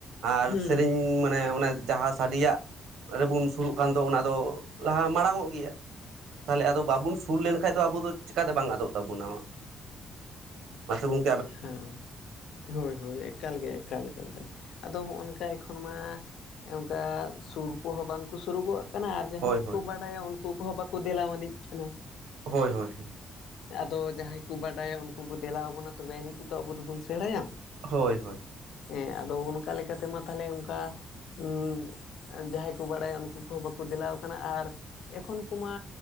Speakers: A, on the right; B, on the left.
A: ᱟᱨ
B: ᱦᱩᱸ
A: ᱥᱮᱨᱮᱧ
B: ᱦᱩᱸ
A: ᱢᱟᱱᱮ ᱚᱱᱟ ᱡᱟᱦᱟᱸ ᱥᱟᱰᱮᱭᱟᱜ ᱨᱮᱵᱚᱱ ᱥᱩᱨᱩᱜ ᱠᱟᱱ ᱫᱚ, ᱚᱱᱟ ᱫᱚ ᱞᱟᱦᱟ ᱢᱟᱲᱟᱝᱚᱜ ᱜᱮᱭᱟ᱾ ᱛᱟᱦᱚᱞᱮ ᱟᱫᱚ ᱵᱟᱵᱩᱱ ᱥᱩᱨ ᱞᱮᱱᱠᱷᱟᱡ ᱫᱚ ᱟᱵᱚ ᱫᱚ ᱪᱮᱠᱟᱛᱮ ᱵᱟᱝ ᱟᱫᱚᱜ ᱛᱟᱵᱩᱱᱟ ᱢᱟᱥᱮ ᱜᱚᱝ
B: ᱦᱮᱸ᱾ ᱦᱳᱭ ᱦᱳᱭ, ᱮᱠᱟᱞᱜᱮ ᱮᱠᱟᱞ ᱮᱠᱟᱞ ᱟᱫᱚ ᱦᱚᱸᱜᱼ ᱱᱚᱝᱠᱟ ᱮᱠᱷᱚᱱ ᱢᱟ ᱚᱝᱠᱟ ᱥᱩᱨ ᱠᱚᱦᱚᱸ ᱵᱟᱝᱠᱚ ᱥᱩᱨᱩᱜᱚᱜ᱾ ᱠᱟᱱᱟ ᱟᱨ ᱡᱟᱦᱟᱸᱭ
A: ᱦᱳᱭ
B: ᱠᱚᱠᱚ
A: ᱦᱳᱭ
B: ᱵᱟᱰᱟᱭᱟ ᱩᱱᱠᱩ ᱠᱚᱦᱚᱸ ᱵᱟᱠᱩ ᱫᱮᱞᱟᱣᱟᱱᱤᱡ ᱠᱟᱱᱟ᱾
A: ᱦᱳᱭ ᱦᱳᱭ ᱦᱳᱭ᱾
B: ᱟᱫᱚ ᱡᱟᱦᱟᱸᱭ ᱠᱚ ᱵᱟᱰᱟᱭᱟ ᱩᱱᱠᱩ ᱠᱩ ᱫᱮᱞᱟ ᱟᱵᱚᱱᱟ, ᱛᱚᱵᱮ ᱟᱹᱱᱤᱡ ᱜᱮᱛᱚ ᱟᱵᱚ ᱫᱚᱵᱚᱱ ᱥᱮᱬᱟᱭᱟ᱾
A: ᱦᱳᱭ ᱦᱳᱭ ᱾
B: ᱦᱮᱸ ᱟᱫᱚ ᱚᱱᱠᱟ ᱞᱮᱠᱟ ᱛᱮᱢᱟ ᱛᱟᱦᱞᱮ ᱚᱱᱠᱟ, ᱩᱸ ᱡᱟᱦᱟᱸᱭ ᱠᱚ ᱵᱟᱲᱟᱭᱟ ᱩᱱᱠᱩ ᱠᱚᱦᱚᱸ ᱵᱟᱠᱚ ᱫᱮᱞᱟᱣ ᱠᱟᱱᱟ ᱟᱨ ᱮᱠᱷᱚᱱ ᱠᱚᱢᱟ